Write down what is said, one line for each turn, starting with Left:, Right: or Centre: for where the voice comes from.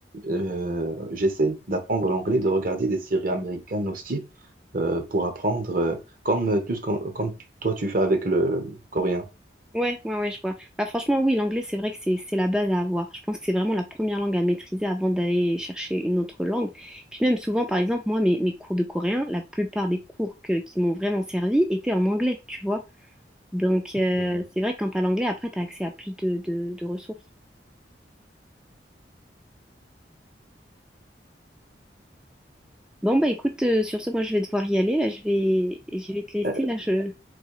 Right: euh, j'essaie d'apprendre l'anglais, de regarder des séries américaines aussi euh, pour apprendre, euh, comme euh, tout ce qu'on, comme toi tu fais avec le coréen.
Centre: Ouais, ouais, ouais, je vois. Bah, franchement, oui, l'anglais, c'est vrai que c'est c'est la base à avoir. Je pense que c'est vraiment la première langue à maîtriser avant d'aller chercher une autre langue. Puis même souvent, par exemple, moi, mes, mes cours de coréen, la plupart des cours que- qui m'ont vraiment servi étaient en anglais, tu vois. Donc, euh,
Right: Mhm.
Centre: c'est vrai que quand t'as l'anglais, après, t'as accès à plus de, de de ressources. Bon, bah écoute, euh, sur ce, moi je vais devoir y aller. Là, je vais, je vais te laisser.
Right: Euh,
Centre: Là, je-